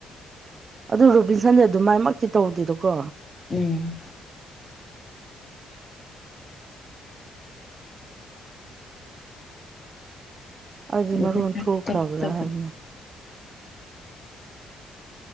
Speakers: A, on the right (about 40°); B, on the left (about 30°).
A: ꯑꯗꯨ ꯔꯨꯕꯤꯟꯁꯟꯗꯤꯦ ꯑꯗꯨ ꯃꯥꯏꯃꯛꯇꯤ ꯇꯧꯗꯦꯗꯀꯣ
B: ꯎꯝ
A: ꯑꯖꯤ
B: ꯔꯣꯕꯤꯟꯁꯟ
A: ꯃ ꯔꯣꯟ ꯊꯣꯛ
B: ꯇꯞꯇꯤ
A: ꯈꯔꯕꯔ
B: ꯇꯞꯄꯅꯦ
A: ꯍꯥꯏ ꯃ